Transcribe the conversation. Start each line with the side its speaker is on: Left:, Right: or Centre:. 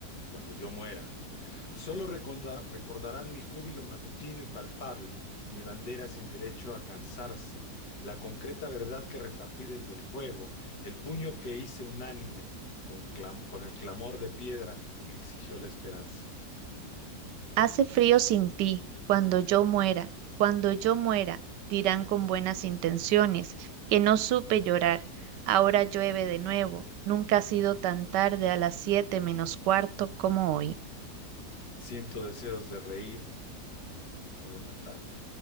Left: Cuando yo muera, solo reconda- recordarán mi júbilo matutino y palpable, mi bandera sin derecho a cansarse, la concreta verdad que repartí desde el fuego, el puño que hice unánime con clam- con el clamor de piedra que exigió la esperanza.
Right: Hace frío sin ti, cuando yo muera, cuando yo muera, dirán con buenas intenciones, que no supe llorar. Ahora llueve de nuevo, nunca ha sido tan tarde a las siete menos cuarto como hoy.
Left: Siento deseos de reír o de matarme.